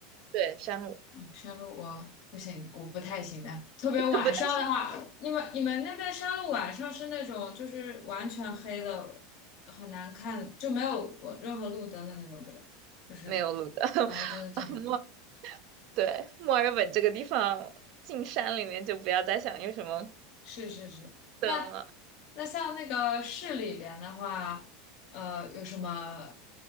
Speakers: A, on the right; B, on the left.
A: 对，山路
B: 嗯，山路我不行，我不太行的。特别晚上的话，
A: <laughs> 不太行，
B: 你们你们那边山路晚上是那种就是完全黑的，很难看，就没有我任何路灯的那种，对吧？就是
A: 没有路的。<laughs>
B: 啊、对对对，
A: 啊，墨对墨尔本这个地方进山里面就不要再想有什么
B: 是是是。
A: 灯了。
B: 那那像那个市里边的话，呃，有什么